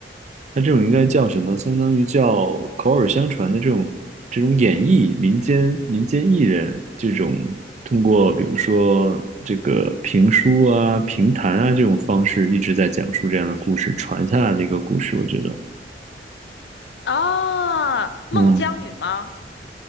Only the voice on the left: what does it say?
啊，孟姜女吗？